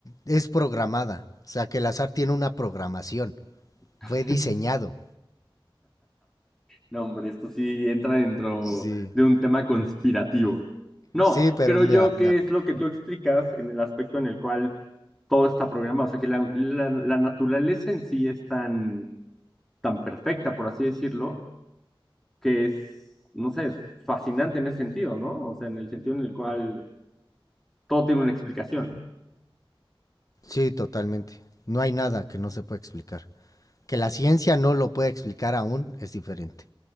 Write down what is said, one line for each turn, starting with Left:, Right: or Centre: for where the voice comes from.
Left: es programada, o sea, que el azar tiene una programación,
Centre: <laughs>
Left: fue diseñado.
Centre: No, hombre, esto sí entra dentro
Left: Sí,
Centre: de un tema conspirativo. No,
Left: sí, pero
Centre: creo
Left: mira,
Centre: yo que es lo que tú explicas en el aspecto en el cual todo está programado. O sea, que la, la- la naturaleza en sí es tan, tan perfecta, por así decirlo, que es, no sé, es fascinante en ese sentido, ¿no? O sea, en el sentido en el cual todo tiene una explicación.
Left: sí, totalmente. No hay nada que no se pueda explicar. Que la ciencia no lo pueda explicar aún es diferente.